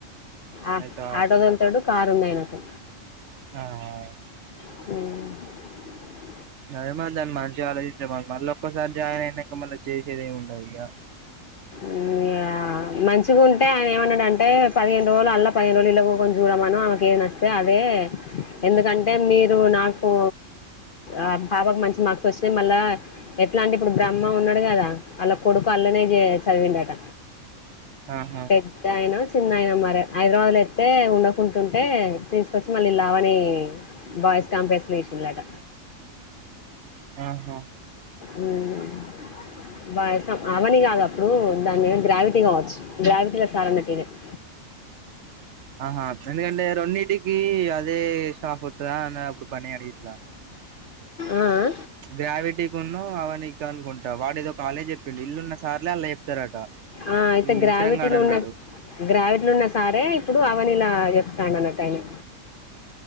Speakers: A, on the left; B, on the right.
A: ఆ
B: అయితే
A: ఆటో దొల్తాడు కారు ఉంది అయినటు
B: హా ఆ
A: అవును
B: అదే మా దాన్ని మంచిగా ఆలోచిస్తే మళ్ళ ఒక్కసారి జాయిన్ అయినాక మళ్ళీ చేసేదేెెమి ఉండదు ఇగా
A: ఉమ్ అ ఆ మంచిగా ఉంటే ఆయన ఏమన్నాడు అంటే పదిహేను రోజులు అల్లా పదిహేను రోజులు ఇల్లో కుకొని చూడమను ఆమెను ఏది నచితే అదే ఎందుకంటే మీరు నాకు ఆ పాపకు మంచి మార్క్స్ వచ్చినయి మళ్ళా ఎట్లా అంటే ఇప్పుడు బ్రహ్మ ఉన్నాడు కదా అళ్ళ కొడుకు అల్లనే చేయచ్చు చదివిండట
B: ఆహా
A: పెద్దయిన చిన్నయిన మరి హైదరాబాద్లో ఎత్తే ఉండకుంటుంటే తీసుకొచ్చి మళ్ళీ లావని బాయ్స్ కంప్ వెషిలట
B: ఆహా
A: ఉమ్ బాగా ఇస్తాం అవని కాదు అప్పుడు దానిద గ్రావిటీ కావచ్చు గ్రావిటీలో సార్ అన్నట్ తీరే <inaudible>
B: ఆహా ఎందుకంటే రెండింటికి అదే స్టాఫ్ వత్తదా అ అప్పుడు పని అడిగింది లా
A: ఆ ఆ
B: గ్రావిటీకున్న అవనిక అనుకుంటా వాడి ఇదో ఒక కాలేజ్ చెప్పిడు ఇల్లున్న సార్లే అలా చెప్తారట
A: ఆ అయితే
B: ఈ
A: గ్రావిటీలు
B: ఇంకిరంగాడు అన్నాడు
A: ఉన్న గ్రావిడ్లు ఉన్న సారే ఇప్పుడు అవనిలా చెప్తాడన్నట్ ఆయనా